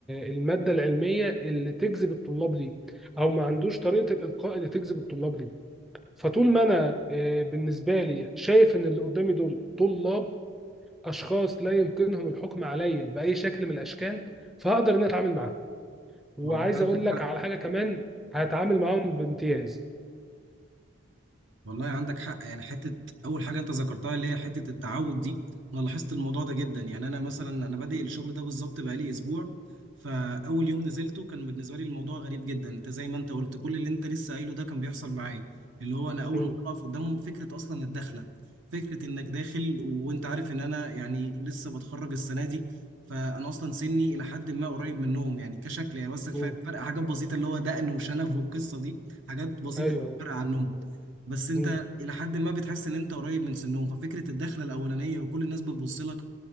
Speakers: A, in the centre; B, on the right.
A: المادة العلمية اللي تجذب الطلاب ليه او ما عندوش طريقة الالقاء اللي تجذب الطلاب ليه فطول ما انا آه، بالنسبه لي شايف ان اللي قدامي دول طلاب اشخاص لا يمكنهم الحكم عليا باي شكل من الاشكال فهقدر ان أنا اتعامل معاهم وعايز
B: والله عندك
A: اقول لك
B: حق
A: على حاجه كمان هتعامل معاهم بامتياز
B: والله عندك حق يعني حته اول حاجه انت ذكرتها اللي هي حته التعود دي انا لاحظت الموضوع ده جدا يعني انا مثلا انا بادئ الشغل ده بالظبط بقالي اسبوع فاول يوم نزلته كان بالنسبه لي الموضوع غريب جدا انت زي ما انت قلت كل اللي انت لسه قايله ده كان بيحصل معايا اللي هو انا اول
A: مم.
B: مره اقف قدامهم فكره اصلا الدخله فكره انك داخل وانت عارف ان انا يعني لسه بتخرج السنه دي فانا اصلا سني الى حد ما قريب منهم يعني كشكل يعني بس الفرق
A: مم.
B: فرق حاجات بسيطه اللي هو دقن وشنب والقصه دي حاجات بسيطه
A: ايوه
B: فرق عنهم بس انت
A: مم.
B: الى حد ما بتحس ان انت قريب من سنهم ففكره الدخله الاولانيه وكل الناس بتبص لك